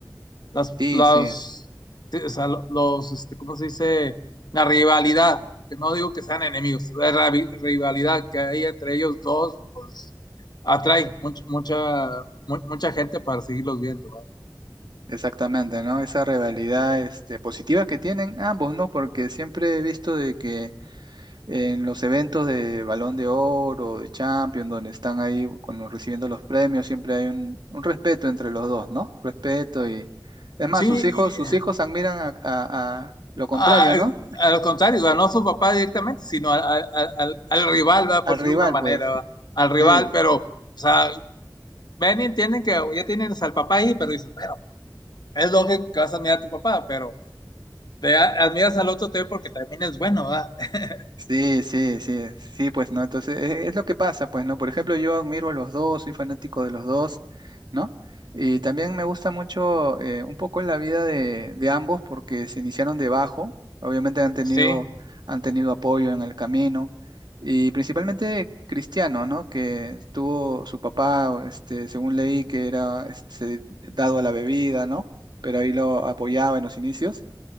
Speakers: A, on the left; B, on the right.
A: las,
B: Sí,
A: las,
B: sí, es-
A: sí, o sea, los, este, ¿cómo se dice? La rivalidad, porque no digo que sean enemigos, la ravi- rivalidad que hay entre ellos dos, pues atrae mucha, mucha, mu- mucha gente para seguirlos viendo, ¿va?
B: exactamente, ¿no? Esa rivalidad este, positiva que tienen ambos, ¿no? Porque siempre he visto de que en los eventos de Balón de Oro, de Champions, donde están ahí con- recibiendo los premios, siempre hay un, un respeto entre los dos, ¿no? Respeto y... Es más,
A: Sí,
B: sus hijos, sus
A: y,
B: hijos admiran a, a- a lo contrario,
A: ah,
B: ¿no?
A: al contrario, ¿va? no a su papá directamente, sino al, al- al- al rival, ¿va?
B: Al
A: Por decirlo
B: rival,
A: de alguna manera,
B: pues.
A: ¿va? Al
B: Sí,
A: rival, pero, o sea, ven y entienden que ya tienes al papá ahí, pero dices, bueno, es lógico que vas a mirar a tu papá, pero Te a- admiras al otro también porque también es bueno, ¿verdad? <laughs>
B: Sí, sí, sí, sí, pues no, entonces e- es, lo que pasa, pues no, por ejemplo, yo admiro a los dos, soy fanático de los dos, ¿no? Y también me gusta mucho eh, un poco la vida de, de ambos porque se iniciaron debajo, obviamente han tenido,
A: Sí,
B: han tenido apoyo en el camino y principalmente Cristiano, ¿no? Que tuvo su papá, este, según leí, que era este, dado a la bebida, ¿no? Pero ahí lo apoyaba en los inicios.